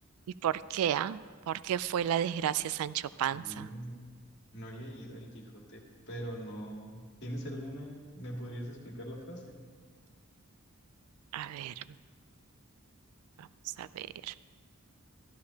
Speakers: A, on the right (about 75°); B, on the left (about 50°).
A: ¿Y por qué, ah? ¿Por qué fue la desgracia Sancho Panza?
B: Mm, no he leído El Quijote, pero no. ¿Tienes alguna? ¿Me podrías explicar la frase?
A: A ver, vamos a ver.